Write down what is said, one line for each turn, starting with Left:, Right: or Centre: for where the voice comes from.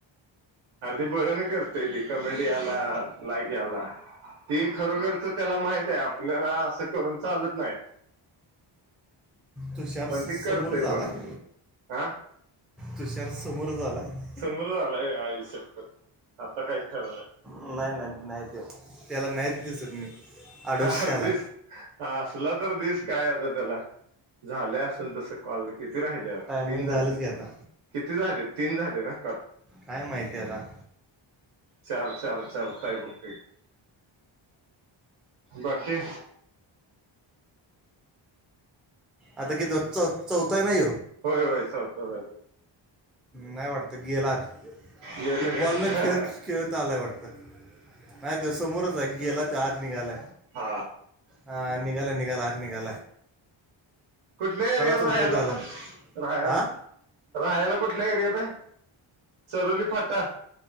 Right: अरदीी बर ना करतय ती कमेंट याला लाईक याला ते खरोखरच त्याला माहित आहे आपल्याला असं करून चालत नाही
Centre: तुषार
Right: पण
Centre: समोर
Right: ते करतय
Centre: झालंय
Right: बळण हा
Centre: तुषार समोर झालं आहे
Right: समोर झालाय आयुष्यातभर आता काही खरण
Centre: नाही नाही नाही ते त्याला नाहीच दिसत मी आडोशी
Right: हा हरदीस
Centre: आला
Right: ह असला तर दिस काय आता त्याला झाल्या असल तस कॉल किती राहिल
Centre: टायमिंग
Right: तीन
Centre: झालंच
Right: झाले
Centre: घ्या आता
Right: किती झाले तीन झाले ना का
Centre: काय माहिती आहे आता
Right: चार चार चार काय बरत बाकीकी
Centre: आता कि तो चौ चौथा आहे नाही ये
Right: होय होय सवतय
Centre: नाही वाटतं गेलात
Right: गेलं
Centre: हे बॉल
Right: काय
Centre: न खेळत खेळत आलाय वाटतं. आय तो सोमोरच अग्गला त आत निघाल
Right: हा
Centre: ह निघा निघाला आ निघा
Right: कुठल्या एरियात
Centre: थुडकत
Right: राहायला
Centre: आला
Right: तर राहायला
Centre: हा
Right: राहाला कुठल्या एरियात आहे चरोली फाटा